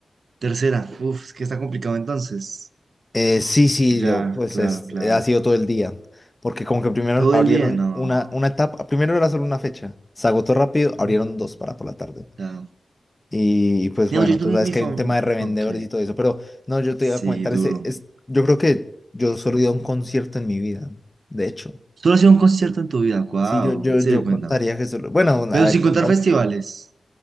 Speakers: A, on the right; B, on the left.
A: Tercera, uff, es que está complicado entonces.
B: Eh, sí, sí,
A: Ya,
B: lo- pues
A: claro,
B: es,
A: claro.
B: eh, ha sido todo el día, porque como que primero
A: Todo
B: abrieron
A: el día, no.
B: una, una etapa, primero era solo una fecha, se agotó rápido,
A: Ujú.
B: abrieron dos para por la tarde.
A: claro.
B: Y pues
A: Digamos,
B: bueno,
A: yo tuve
B: tú sabes
A: mi
B: que
A: favor.
B: hay un tema de revendedores
A: Ok,
B: y todo eso, pero no, yo te
A: sí,
B: iba a comentar
A: duro.
B: ese, es, yo creo que yo solo he ido a un concierto en mi vida, de hecho.
A: Solo ha sido un concierto en tu vida, wow,
B: Sí, yo, yo,
A: en serio,
B: yo
A: cuéntame.
B: contaría que solo, bueno,
A: Pero
B: a ver,
A: sin
B: contando,
A: contar festivales.